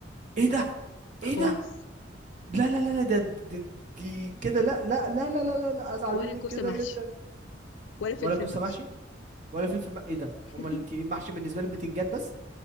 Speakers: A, on the right; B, on the left.
A: ايه ده ايه
B: خالص
A: ده لا لا لا لا، ده ده- دي كده لا لا لا لا لا لا لا، ازعل
B: ولا
A: منك
B: كوسة
A: كده
B: محشي
A: جدا
B: ولا فلفل
A: ولا كوسه
B: محشي
A: محشي ولا فلفل م... ايه ده
B: <laughs>
A: امال انت ايه محشي بالنسبه لي بتنجان بس